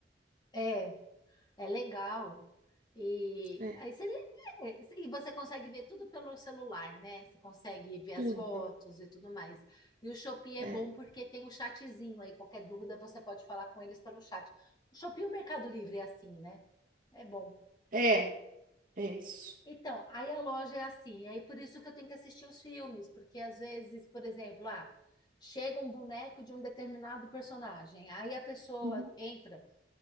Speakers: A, on the left; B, on the right.
A: É, é legal. E
B: É,
A: aí você, é, e você consegue ver tudo pelo celular, né? Você consegue ver
B: tudo.
A: as fotos e tudo mais. E o Shopee é
B: É,
A: bom porque tem o chatzinho aí, qualquer dúvida você pode falar com eles pelo chat. O Shopee e o Mercado Livre é assim, né? É bom.
B: é, é isso.
A: Então, aí a loja é assim, aí por isso que eu tenho que assistir os filmes, porque às vezes, por exemplo, ah, chega um boneco de um determinado personagem, aí a pessoa
B: Uhum.
A: entra,